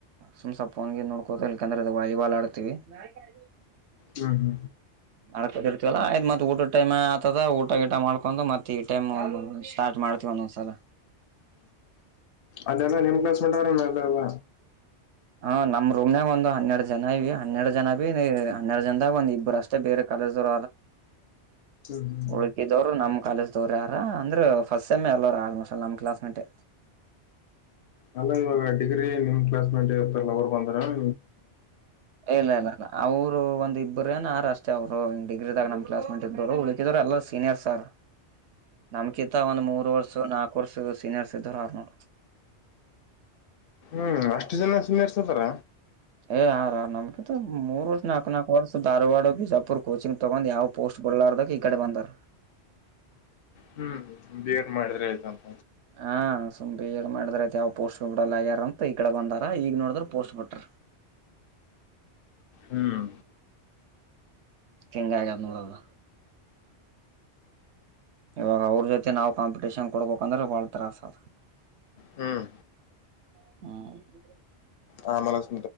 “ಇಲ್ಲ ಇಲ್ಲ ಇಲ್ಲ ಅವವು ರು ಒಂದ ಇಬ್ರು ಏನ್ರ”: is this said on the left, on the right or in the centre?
Right